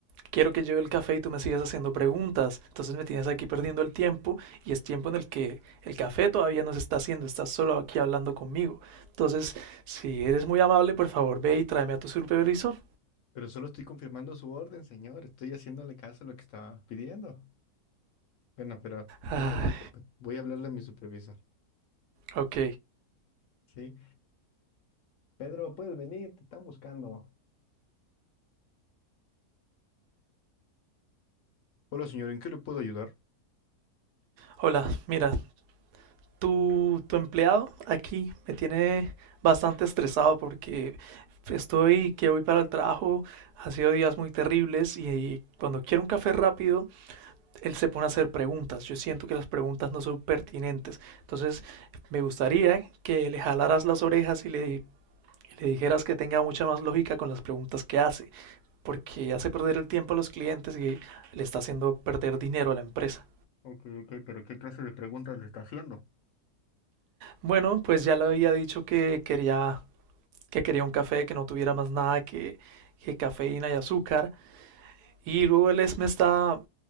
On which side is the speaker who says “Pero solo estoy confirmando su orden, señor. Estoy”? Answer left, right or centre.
Left